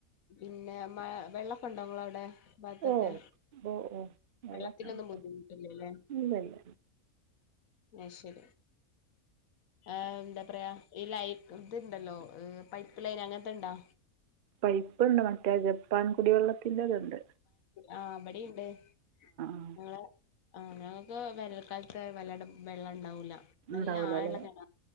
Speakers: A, on the left; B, on the right.
A: പിന്നെ മ വെള്ളൊക്ക ഉണ്ടോ നിങ്ങള അവിടെ ഭാത്തൊക്കെ
B: ഓ ഓ ഓ വെള്ളമൊക്കെ
A: വള്ളത്തിലൊന്നും
B: ഉണ്ട്.
A: ബുദ്ധിമുട്ടില്ലേല്ലേ
B: ഇല്ല ഇല്ല
A: അയ് ശരി ആഹ് എന്താ പറയാ ഈ ലൈ ഇത്ണ്ടല്ലോ പൈപ്പ് ലൈൻ അങ്ങനത്തെ ഉണ്ടോ
B: പൈപ്പുണ്ട് മറ്റേ ജപ്പാൻ കുടിവെള്ളത്തിന്റെതുണ്ട്
A: ആ അപടെണ്ട്
B: ആ
A: നിങ്ങള് ആഹ് ഞങ്ങൾക്ക് വേനൽക്കാലത്ത് വല്ലാണ്ട് വെള്ളം ഉണ്ടാവൂല
B: ഉണ്ടാവൂല
A: നല്ല ആഴമുള്ള
B: അല്ലെ
A: കിണറാ